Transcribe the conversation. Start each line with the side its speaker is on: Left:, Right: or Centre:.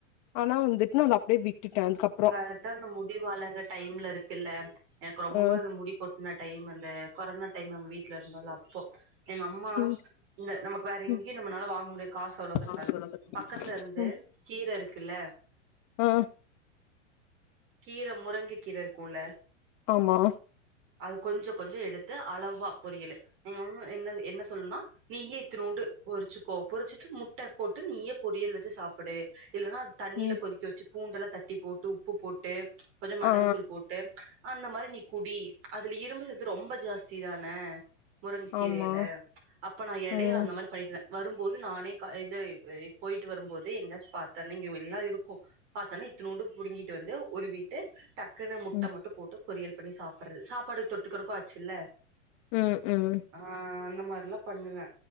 Left: ஆனா வந்துட்டு நா அத அப்படியே விட்டுட்டே அதுக்கப்
Right: கரெக்டா அந்த முடி வளர்ற டைம்ல இருக்குல்ல எனக்கு ரொம்ப
Left: ஆ
Right: அந்த முடி கொட் இந்த டைம் அந்த கொரோனா டைம் நம்ம வீட்டுல இருந்தோல அப்போ எங்கம்மா
Left: ம்
Right: இந்த நமக்கு வேற
Left: ம்
Right: எங்கேயு நம்மளால வாங்க முடியாது காசு அவ்வளவுக்கு இருக்காது
Left: ஆ சொல்லுங்க
Right: பக்கத்துல இருந்து
Left: ம்
Right: கீர இருக்குல
Left: ஆ
Right: கீர முருங்க கீர இருக்குல்ல
Left: ஆமா
Right: அது கொஞ்ச கொஞ்ச எடுத்து அளவா பொரியலு ங்க என்ன என்ன சொல்லனுனா நீயே இத்துனூண்டு பொரிச்சுக்கோ பொறிச்சிட்டு முட்ட போட்டு நீயே பொரியல் வச்சு சாப்பிடு இல்லன்னா அது தண்ணியில
Left: ம்
Right: கொதிக்க வச்சு பூண்டெல்லா தட்டி போட்டு உப்பு போட்டு கொஞ்ச மெளகுத்தூள்
Left: ஆ
Right: போட்டு அந்த மாரி நீ குடி அதுல இரும்புசத்து ரொம்ப ஜாஸ்தி தான முருங்க கீரைல
Left: ஆமா
Right: அப்ப நா எடையில
Left: ம்
Right: அந்த மாரி பண்ணிடுவே வரும்போது நானே க இந்த இது போயிட்டு வரும்போதே எங்கேயாச்சும பாத்தேனா இங்க எல்லா இருக்கு பாத்தனா இத்துனூண்டு புடுங்கிட்டு வந்து உருவிட்டு டக்குன்னு முட்ட
Left: ம்
Right: மட்டு போட்டு பொரியல் பண்ணி சாப்பறது சாப்பாடுக்கு தொட்டுக்கிறக்கு ஆச்சுல
Left: ம் ம்
Right: ஆ அந்த மாரிலா பண்ணுவே